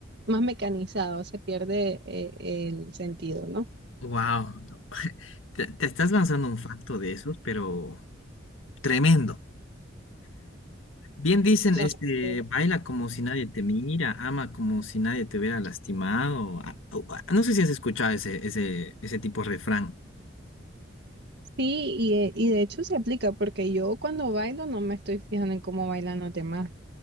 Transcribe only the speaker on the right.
más mecanizado, se pierde eh, el sentido, ¿no?
Claro.
Sí, y, eh, y de hecho se aplica porque yo cuando bailo no me estoy fijando en cómo bailan los demás.